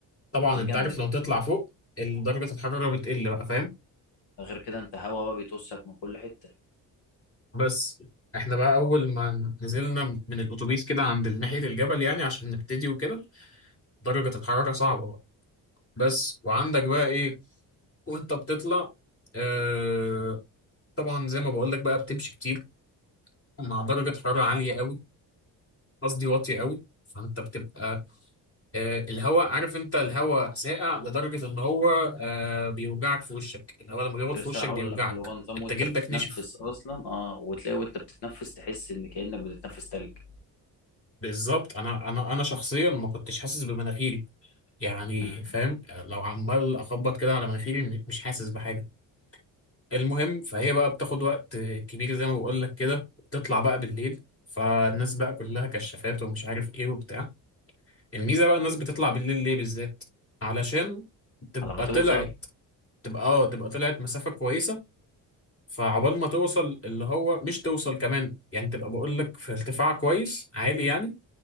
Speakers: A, on the left; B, on the left.
A: طبعا
B: هتتجمد
A: انت عارف لو
B: انت
A: تطلع فوق درجة الحرارة بتقل بقى فاهم
B: غير كده انت هوا بقى بيتوسك من كل حته
A: بس احنا بقى اول ما نزلنا من الاتوبيس كده عند ناحية الجبل يعني عشان نبتدي وكده درجة الحرارة صعبة بقى بس وعندك بقى ايه وانت بتطلع آه طبعا زي ما بقول لك بقى بتمشي كتير مع درجة حرارة عالية قوي قصدي واطية قوي فانت بتبقى آه الهواء عارف انت الهواء ساقع لدرجة ان هو آه بيوجعك في وشك الهواء لما بيقعد
B: كنت
A: في
B: لسه
A: وشك
B: راح
A: بيوجعك
B: اقول لك اللي هو نظام
A: انت
B: وانت
A: جلدك
B: بتتنفس
A: نشف
B: اصلا اه وتلاقي وانت بتتنفس تحس ان كانك بتتنفس تلج
A: بالظبط انا انا انا شخصيا ما كنتش حاسس بمناخيري يعني
B: مم.
A: فاهم لو عمال اخبط كده على مناخيري م- مش حاسس بحاجه المهم فهي بقى بتاخد وقت كبير زي ما بقول لك كده بتطلع بقى بالليل فالناس بقى كلها كشافات ومش عارف ايه وبتاع الميزه بقى الناس بتطلع بالليل ليه بالذات علشان تبقى
B: على ما توصل
A: طلعت تبقى اه تبقى طلعت مسافه كويسه فعقبال ما توصل اللي هو مش توصل كمان يعني تبقى بقول لك في ارتفاع كويس عالي يعني